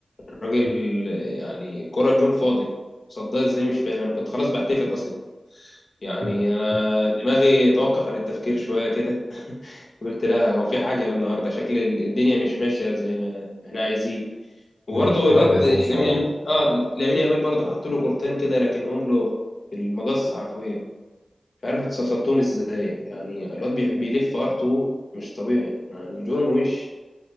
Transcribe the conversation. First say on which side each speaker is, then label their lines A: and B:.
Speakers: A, on the left; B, on the left.
A: الراجل آه، يعني كرة جون فاضي صدها ازاي مش فاهم أنا كنت خلاص بحتفل أصلا يعني
B: <laughs>
A: انا دماغي توقف عن التفكير شويه كده <laughs> قلت لا هو في حاجه النهارده شكل الدنيا مش ماشيه زي ما احنا عايزين وبرضه
B: مش راضية
A: الواد
B: تمشي
A: لامين
B: معايا
A: اه لامين يامال برضه حط له كورتين كده راكنهم له في المقص حرفيا مش عارف اتصصتهم ازاي يعني الواد بي- بيلف ارتو مش طبيعي يعني جون وش